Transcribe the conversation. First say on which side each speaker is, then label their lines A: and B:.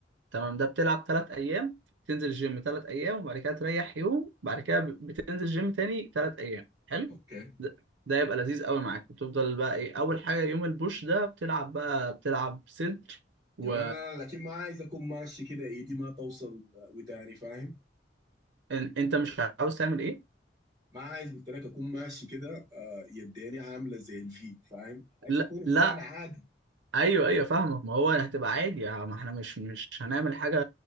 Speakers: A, on the right; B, on the right.
A: تمام ده بتلعب ثلاث ايام تنزل الجيم ثلاث ايام وبعد كده تريح يوم بعد كده بتنزل الجيم تاني ثلاث ايام حلو
B: اوكي
A: ده, ده يبقى لذيذ قوي معاك بتفضل بقى ايه اول حاجه يوم البوش ده بتلعب بقى بتلعب صدر و
B: يا مان انا لكن ما عايز اكون ماشي كده ايدي ما توصل آه، وداني فاهم
A: إن- انت مش عاوز تعمل ايه
B: ما عايز قلت لك اكون ماشي كده آه، يديني عامله زي الفي فاهم عايز
A: لا
B: اكون انسان
A: لا
B: عادي
A: ايوه ايوه فاهمك ما هو هتبقى عادي يعني ما احنا مش مش هنعمل حاجه